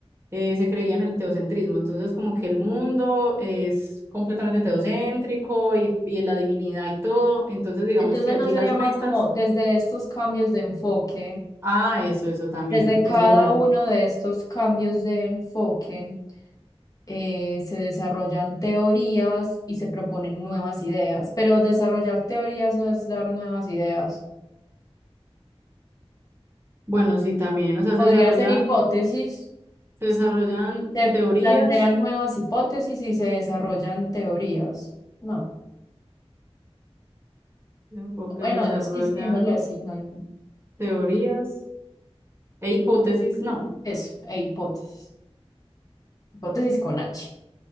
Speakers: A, on the right; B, on the left.
A: eh, se creía en el teocentrismo, entonces como que el mundo es completamente teocéntrico y, y la divinidad y todo, entonces digamos
B: Entonces
A: que allí
B: no sería
A: las metas,
B: más como desde estos cambios de enfoque,
A: ah, eso, eso también,
B: desde cada
A: es verdad.
B: uno de estos cambios de enfoque. eh, se desarrollan teorías y se proponen nuevas ideas, pero desarrollar teorías no es dar nuevas ideas.
A: Bueno, sí, también, o sea,
B: Podría
A: se desarrollan,
B: ser hipótesis,
A: se
B: si
A: desarrollan
B: se
A: teorías,
B: plantean nuevas hipótesis y se desarrollan teorías. No,
A: enfoques,
B: bueno,
A: se desarrollan
B: es- sí, sí, déjalo así, no hay-
A: teorías e hipótesis, no.
B: eso, e hipótesis, hipótesis con H.